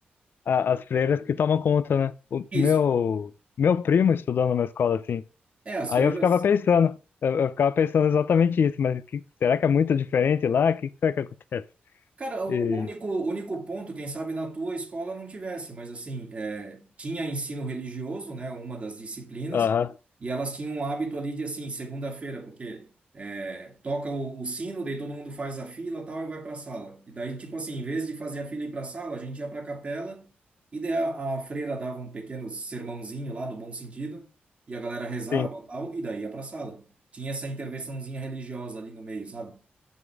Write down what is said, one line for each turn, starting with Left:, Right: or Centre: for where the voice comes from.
Left: a- as freiras que tomam conta, né? O
Right: Isso.
Left: meu, meu primo estudou numa escola assim.
Right: É, as
Left: Aí
Right: freiras.
Left: eu ficava pensando, eu, eu ficava pensando exatamente isso, mas que- será que é muito diferente lá? O que, que será que acontece?
Right: Cara, o
Left: E,
Right: único, o único ponto, quem sabe na tua escola não tivesse, mas assim, é, tinha ensino religioso, né, uma das disciplinas,
Left: aham,
Right: e elas tinham um hábito ali de assim, segunda-feira, porque é, toca o, o sino, daí todo mundo faz a fila tal e vai para a sala. E daí, tipo assim, em vez de fazer a fila e ir para a sala, a gente ia para a capela, e daí a, a freira dava um pequeno sermãozinho lá, no bom sentido, e a galera rezava
Left: sim,
Right: tal, e daí ia para a sala. Tinha essa intervençãozinha religiosa ali no meio, sabe?